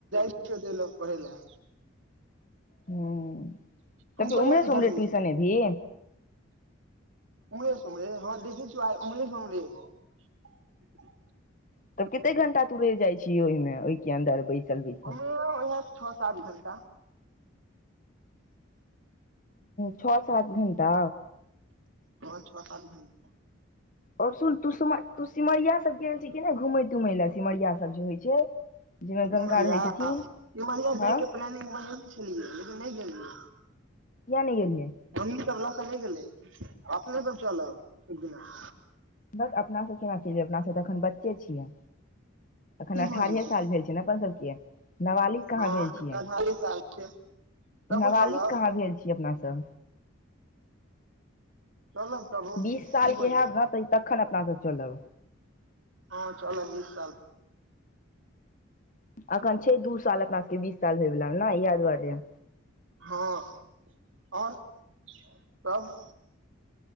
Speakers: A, on the right; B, on the left.
A: <unintelligible> पढ़ै लए
B: हूं
A: तू कहिया
B: उमरे
A: से
B: सँ
A: धरबिही
B: उमरे टूयूशने एबही
A: उम्हरे से उम्हरे हँ देखै छीयै आइ उम्हरे से उम्हरे एबौ
B: तब कते घंटा तु रह जाइ छी ओहिमे ओहि के अन्दर बैसल बैसल
A: उम्हरे उएह छओ सात घण्टा
B: छह सात घंटा
A: पाँच छओ सात घंटा
B: आओर सुन तू सिम तू सिमरिया सब गेल छ कि नहि घूमै तुमय लए सिमरियाा सब जे होइ छै जाहिमे
A: सिमरिया
B: गंगा रहै छथिन
A: सिमरिया
B: हँ
A: जायके प्लानिंग बनेेने छलियै लेकिन नहि गेलियै
B: किया ने गेलेलियै
A: हमी सब ल क नहि गेलै अपने सब चलब एक दिना
B: बस अपनासँ केना चलबै अपनासँ तऽखन बच्चे छियै एखन
A: की
B: अठारहे
A: भऽ जेतै
B: साल भेल छै ने अपन सभके नाबालिग कहाँ
A: हँ
B: भेल
A: अठारहे
B: छियै
A: साल छै तबो
B: नाबालिग
A: चलब
B: कहाँ भेल छीये अपनासँ
A: चलब तबो
B: बीस साल
A: की भऽ
B: के हेब
A: जेतै
B: ने तऽ ई तखन अपना सब चलब
A: हँ चलऽ बीस साल
B: अखन छै दू साल अपना सबके बीस साल होयवाला ने इएह दुआरे
A: हँ आओर सब